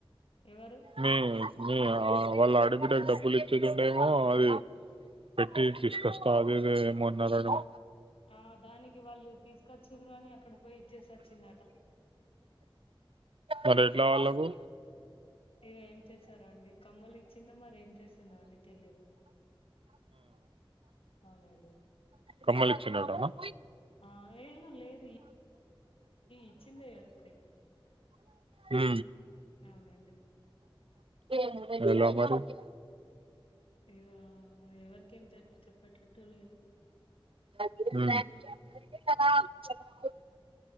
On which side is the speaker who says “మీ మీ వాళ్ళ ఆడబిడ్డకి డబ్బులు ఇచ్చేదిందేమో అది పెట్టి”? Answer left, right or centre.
Right